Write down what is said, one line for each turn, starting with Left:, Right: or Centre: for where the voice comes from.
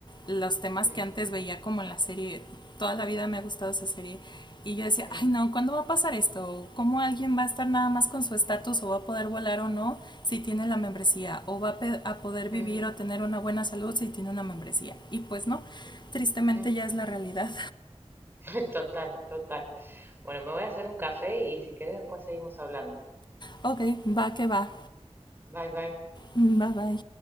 Left: los temas
Right: Mm,
Left: que antes veía como en la serie, toda la vida me ha gustado esa serie y yo decía,
Right: mm,
Left: ay no, ¿cuándo va a pasar esto? ¿Cómo alguien va a estar nada más con su estatus o va a poder volar o no si tiene la membresía? ¿O va a, a poder vivir
Right: mm,
Left: o tener una buena salud si tiene una membresía? Y pues no,
Right: mm,
Left: tristemente
Right: mm.
Left: ya es la realidad.
Right: <laughs> Total, total. Bueno, me voy a hacer un café y si querés después seguimos hablando.
Left: Ok, va que va.
Right: Bye, bye.
Left: Bye bye.